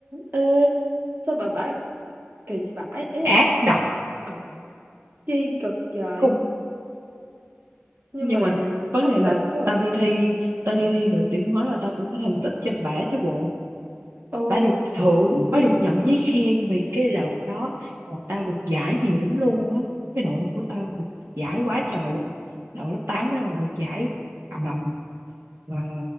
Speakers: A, on the right; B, on the right.
A: ê, sao bà bác kỳ vãi, ý
B: ác
A: là
B: độc
A: ừ, chi cực trời,
B: cùng
A: nhưng
B: nhưng
A: mà
B: mà vấn
A: áp
B: đề
A: lực
B: là
A: quá.
B: tao
A: À.
B: đi thi tao đi thi được tiếng nói là tao cũng có thành tích cho bả chứ bộ
A: Ồ,
B: bà được thưởng bà được nhận giấy khen vì cái đợt đó bọn tao được giải nhiều lắm luôn á cái đội của tao được giải quá trời luôn đội lớp 8 đó là được giải ầm ầm và